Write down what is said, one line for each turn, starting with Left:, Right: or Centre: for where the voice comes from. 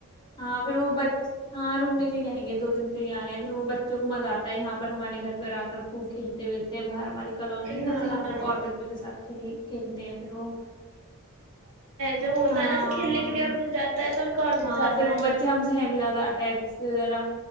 Left: ہاں پھر وہ ب ہاں رک کےے آئیں گے دو دن کے لیے آ رہے ہیں پھر وہ بچ چ کو مزہ آتا ہے یہاں پر ہمارے گھر پر آ کر خوب کھیلتے ہو باہر ہماری کالونی ہے نا
Right: ہاں
Left: تو یہاں پہ ب اور بچوں کے ساتھ کھیلی کھیلتے ہیں پھر وہ
Right: جو ہوتا
Left: ہاں
Right: ہے نا تو کھیلنے
Left: ہاں
Right: کے لیے اور مل جاتا ہے تو ان کا اور دل
Left: ہاں
Right: چاہتا
Left: پھر وہ
Right: ہے
Left: بچے ہم سے ہیں بھی زیادہ اٹیچ جذرا